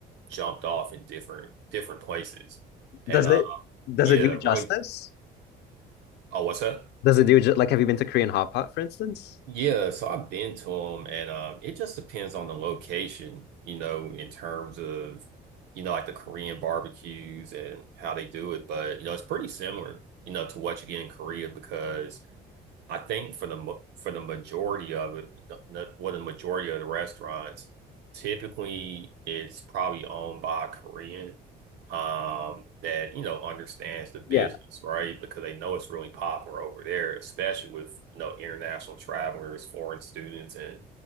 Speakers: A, on the right; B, on the left.
A: jumped off in different different places. And
B: Does
A: uh
B: it does
A: yeah,
B: it do it justice?
A: really oh, what's that?
B: Does it do it ju- like have you been to Korean hot pot, for instance?
A: Yeah, so I've been to them, and um, it just depends on the location, you know, in terms of, you know, like the Korean barbecues and how they do it. But, you know, it's pretty similar, you know, to what you get in Korea because I think for the mo- for the majority of it, the, the- well, the majority of the restaurants, typically it's probably owned by a Korean um, that you know understands the business,
B: Yeah,
A: right? Because they know it's really popular over there, especially with you know international travelers, foreign students, and